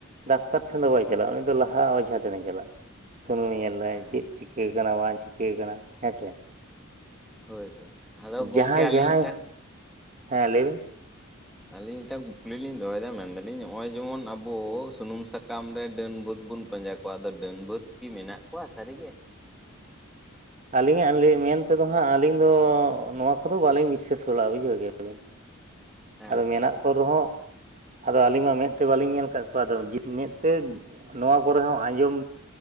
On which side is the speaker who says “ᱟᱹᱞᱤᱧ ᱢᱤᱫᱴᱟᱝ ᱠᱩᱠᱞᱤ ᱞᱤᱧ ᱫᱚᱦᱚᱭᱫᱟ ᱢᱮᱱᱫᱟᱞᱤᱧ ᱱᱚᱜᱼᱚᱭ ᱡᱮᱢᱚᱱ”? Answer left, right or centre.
Centre